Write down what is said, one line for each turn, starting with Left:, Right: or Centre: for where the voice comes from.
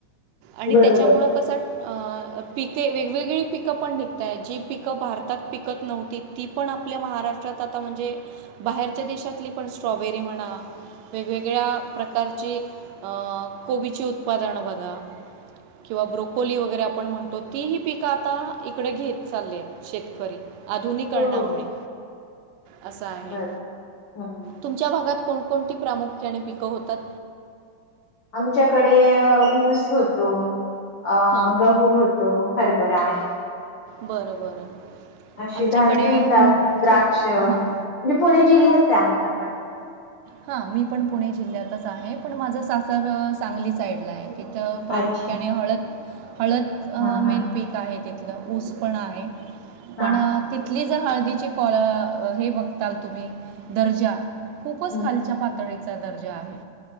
Right: आणि
Left: बरोबर
Right: त्याच्यामुळं कसं आ अ पिके वेगवेगळी पिकं पण निघत आहेत जी पिकं भारतात पिकत नव्हतीत ती पण आपल्या महाराष्ट्रात आता म्हणजे बाहेरच्या देशातली पण स्ट्रॉबेरी म्हणा वेगवेगळ्या प्रकारची अ, कोबीची उत्पादनं बघा किंवा ब्रोकोली वगैरे आपण म्हणतो तीही पिकं आता इकडे घेत चालली आहेत शेत करी. आधुनिकरणामुळे
Left: हो
Right: असं आहे
Left: बर हम्म
Right: तुमच्या भागात कोणकोणती प्रामुख्याने पिक क होतात.
Left: आमच्याकडे अ ऊस होतो. अ
Right: हां
Left: गहू होतो हरभ भरा
Right: बरं बरं
Left: अशी
Right: आमच्याकडे
Left: धान्य होतात.
Right: मुख्य
Left: द्राक्ष म्हजे
Right: हां
Left: पुणे जिल्हाच आहे. आमचा पण
Right: हा मी पण पुणे जिल्ह्यातच आहे पण माझं सासर सांगली साईडला आहे थ प्रामुख्याने
Left: अच्छा
Right: हळद हळद
Left: हा हा
Right: मेद पीक आहे तिथं ऊस पण आहे
Left: अच्छा
Right: पण तिथली जर हळदी चि फाॅर अ हे बघता तुम्ही दर्जा
Left: हम्म
Right: खालच्या पातळीच चा दर्जा आहे